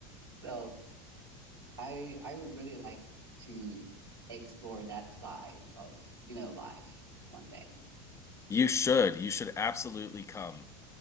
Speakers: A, on the right; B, on the left.
A: So I I would really like to explore that side of you know life one day.
B: You should. You should absolutely come.